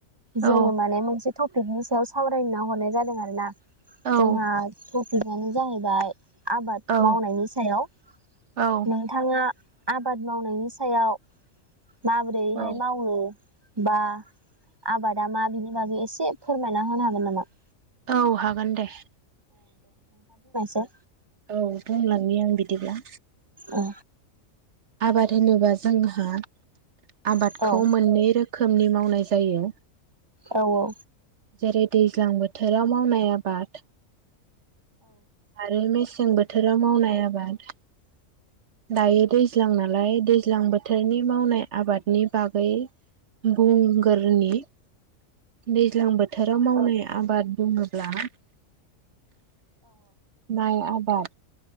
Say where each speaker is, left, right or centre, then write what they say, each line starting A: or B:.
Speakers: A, on the right (about 35°); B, on the right (about 60°).
A: जोङो
B: औ
A: माने मोनसे टपिकनि सायाव सावरायना हरनाय जादों आरो ना
B: औ
A: जोंहा <inaudible> आबाद
B: औ
A: मावनायनि सायाव
B: औ
A: नोंथाङा आबाद मावनायनि सायाव माबोरैहाय
B: औ
A: मावो बा आबादा मा बिनि बागै एसे फोरमायना होनो हागोन नामा <inaudible>
B: औ हागोन दे
A: स।
B: औ बुंलांनि आं बिदिब्ला
A: औ।
B: आबाद होनोबा जोंहा आबादखौ
A: औ औ
B: मोननै रोखोमनि माव मावनाय जायो।
A: औ औ।
B: जेरै दैज्लां बोथोराव मावनाय आबाद आरो मेसें बोथोराव मावनाय आबाद दायो दैज्लां नालाय दैज्लां बोथोरनि मावनाय आबादनि बागै बुंगोरनि दैज्लां बोथोराव मावनाय आबाद बुङोब्ला माइ आबाद